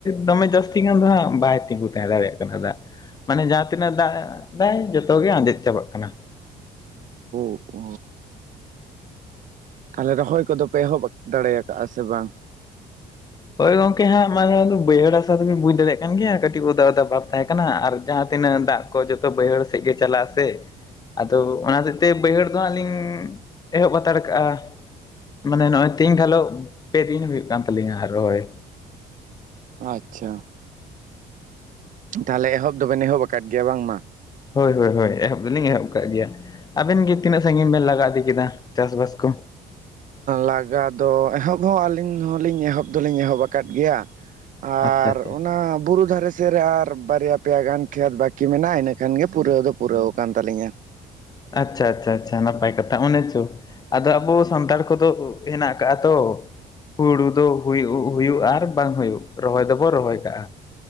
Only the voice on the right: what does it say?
ᱚ ᱾ ᱛᱟᱦᱚᱞᱮ ᱨᱚᱦᱚᱭ ᱠᱚ ᱫᱚ ᱯᱮ ᱮᱦᱚᱵ ᱫᱟᱲᱮ ᱭᱟᱠᱟᱫᱼᱟ ᱥᱮ ᱵᱟᱝ?
ᱟᱪᱷᱟ, ᱛᱟᱦᱚ ᱞᱮ ᱮᱦᱚᱵ ᱫᱚ ᱵᱮᱱ ᱮᱦᱚᱵ ᱟᱠᱟᱫ ᱜᱮ ᱭᱟ ᱵᱟᱝ ᱢᱟ?
ᱞᱟᱜᱟ ᱫᱚ ᱮᱦᱚᱵ ᱦᱚᱸ ᱟᱹᱞᱤᱧ ᱦᱚᱸᱞᱤᱧ ᱮᱦᱚᱵ ᱫᱚᱞᱤᱧ ᱮᱦᱚᱵ ᱟᱠᱟᱫ ᱜᱮᱭᱟ ᱾ ᱟᱨ
ᱚᱱᱟ ᱵᱩᱨᱩ ᱫᱷᱟᱨᱮ ᱥᱮᱫ ᱨᱮ ᱟᱨ ᱵᱟᱨ ᱭᱟ ᱯᱮᱭᱟ ᱜᱟᱱ ᱠᱷᱮᱛ ᱵᱟᱹᱠᱤ ᱢᱮᱱᱟᱜᱼᱟ ᱤᱱᱟᱹ ᱠᱷᱟᱱ ᱜᱮ ᱯᱩᱨᱟᱹᱣ ᱫᱚ ᱯᱩᱨᱟᱹᱣ ᱟᱠᱟᱱ ᱛᱟᱹᱞᱤᱧᱟ᱾